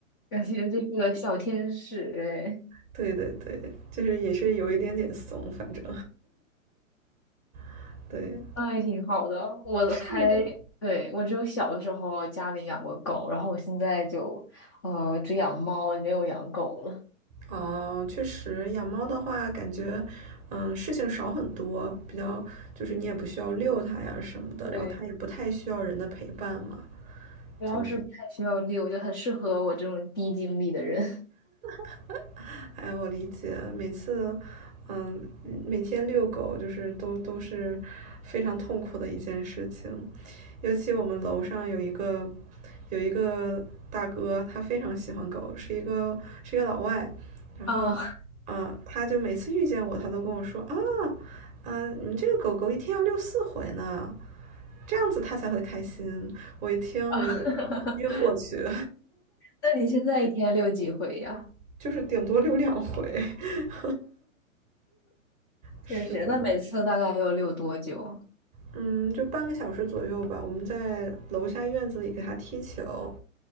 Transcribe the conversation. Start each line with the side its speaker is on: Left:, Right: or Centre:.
Left: 感觉这个小天使哎，
Right: 对对对，就是也是有一点点怂，反正 <laughs> 对，
Left: 那也挺好的。我还，
Right: 是的。
Left: 对，我只有小的时候家里养过狗，然后我现在就，呃，只养猫，没有养狗了。
Right: 哦，确实，养猫的话，感觉嗯事情少很多，比较就是你也不需要遛它呀什么的，
Left: 对，
Right: 然后它也不太需要人的陪伴嘛，
Left: 主要是不太需要遛，
Right: 就
Left: 就很适合我这种低精力的人。
Right: <laughs> 哎，我理解，每次，嗯，每天遛狗就是都都是非常痛苦的一件事情，尤其我们楼上有一个有一个大哥，他非常喜欢狗，是一个是一个老外，然后，
Left: 啊啊，
Right: 啊，他就每次遇见我，他都跟我说啊，啊，你这个狗狗一天要遛四回呢，这样子他才会开心。我一听我就晕过去，
Left: <laughs> 那你现在一天遛几回呀？
Right: <laughs> 就是顶多遛两回。<laughs> 是的。
Left: 确实，那每次大概要遛多久啊
Right: 嗯，就半个小时左右吧。我们在楼下院子里给它踢球，